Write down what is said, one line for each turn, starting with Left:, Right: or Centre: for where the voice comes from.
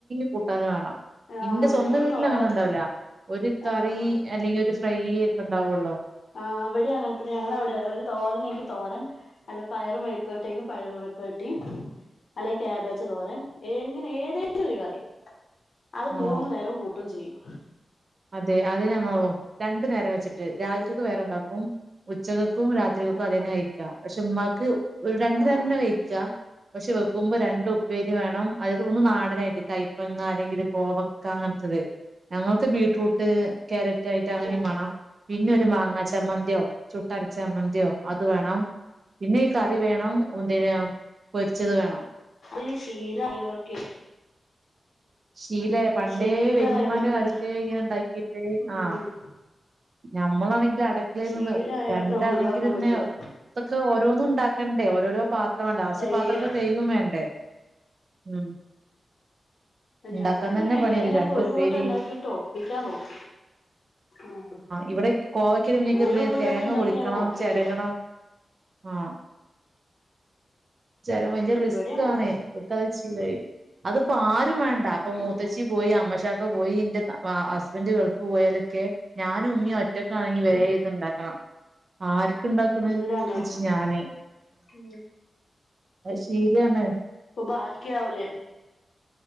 Right: കൂട്ടാന് വാണം
Left: ആഹ്
Right: ഇന്റെ സ്വന്തം
Left: ഞങ്ങള്
Right: വീട്ടിലങ്ങനെണ്ടാവുല
Left: തോരൻ
Right: ഒരു കറി
Left: ആഹ്
Right: അല്ലെങ്കി ഒരു ഫ്രൈ ഒക്കെ ഉണ്ടാവുള്ളു
Left: ആഹ് അവിടെ അങ്ങനത്തെന്ന ഞങ്ങളവടെ ഏ തോരനെങ്കി തോരൻ അല്ല പയറ് മെഴുക്കൊരട്ടിയിക്ക്‌ പയറ് മെഴ്‌ക്കൊരാട്ടി അല്ലെങ്കി കേബേജ് തോരൻ എങ്ങനെ ഏതേിലും ഒരു കറി അത് മൂന്നു
Right: ആഹ്
Left: നേരവും കൂട്ടും ചെയ്യും
Right: അതെ അത് ഞങ്ങളും രണ്ടു നേരം വെച്ചിട്ട് രാവിലത്തത് വേറെണ്ടാക്കും ഉച്ചകക്കും രാത്രികക്കും
Left: ആഹ്
Right: അതെന്നെയിക്കാം പക്ഷെ ഉമ്മാക്ക് ഒരു രണ്ടു
Left: ആഹ്
Right: നേരം തെന്നെ വയ്ച്ച പക്ഷെ വെക്കുമ്പോ രണ്ട് ഉപ്പേരി വേണം അയില് ഒന്ന് നാടനായിട്ട് കൈപ്പങ്ങ അല്ലെങ്കില് കോവക്ക അങ്ങനത്തത് ഞങ്ങൾക്ക് ബീറ്ററൂട്ട് ക്യാരറ്റായിട്ട് അങ്ങനിം
Left: ആഹ്
Right: വാണം പിന്നൊരു മാങ്ങ ചമ്മന്തിയോ ചുട്ടര ചമ്മന്തിയോ അത് വേണം പിന്നെ ഈ കറി വേണം ഒന്തിന് പൊരിച്ചത് വേണം
Left: ഇത് ശീലായിവർക്ക്
Right: ശീലയി പണ്ടേ
Left: ശീലായവർക്ക്
Right: വല്യമാന്റെ കാലത്ത് ഇങ്ങനെ ഇണ്ടാക്കിട്ട്
Left: ഉം
Right: ആഹ് ഞമ്മളാണെങ്കിലോ അടക്കളയിന്ന്
Left: ശീലായവർക്ക്
Right: രണ്ടാണെങ്കിലന്നെ
Left: അത് ഒഴിവാക്കാൻ പറ്റൂല
Right: ഇതൊക്കെ ഓരോന്നും ഇണ്ടാക്കണ്ടേ ഓരോരോ പാത്രം വാണ്ടേ ലാസ്റ്റ്
Left: അയ്യോ
Right: ഈ പാത്രൊക്കെ കയ്കും വേണ്ടേ ഉം ഉണ്ടാക്കാൻ
Left: ഞാനങ്ങനെ
Right: തന്നെ
Left: എങ്ങനേലൊക്കെ
Right: പണിയല്ലേ രണ്ട്
Left: ഒരു
Right: ഉപ്പേരി
Left: കൂട്ടം ഉണ്ടാക്കിട്ട് ഒപ്പിക്കാൻ നോകും ആഹ്
Right: ഇവിടെ കോവയ്ക്കല് പിന്നെക്ക്
Left: ഒരു
Right: എന്ത്
Left: കൂട്ടൊക്കെ
Right: തേങ്ങ
Left: ഇണ്ടാക്കി
Right: പൊളിക്കണം
Left: ഞങ്ങള് ഒപ്പിക്ക
Right: ചെരകണം ആഹ് ച്ചാലും വല്ല്യ റിസ്ക്
Left: ഇവിടെ അങ്ങനെയാ
Right: ആന്നേ ഒക്കെ അത് ശീലായി അതിപ്പോ ആരും വേണ
Left: ഉം
Right: പോയി അമോഷക്ക പോയി ഇന്റെ വ ഹസ്ബൻ് ഗാർഫി പോയാലൊക്കെ ഞാനും ഉമ്മി ഒറ്റ ഒറ്റൊക്കാണെങ്കി വേം
Left: ഉം
Right: ഇതുണ്ടക്കണം ആർക് ഇണ്ടാക്ക്നണ്
Left: എല്ലാം
Right: ‌ എന്ന്
Left: ഉണ്ടാക്കണം
Right: ച്ച് ഞാന്
Left: ഉം
Right: അത് ശീരാണ്
Left: അപ്പോ ബാക്കിയാവൂല്ലേ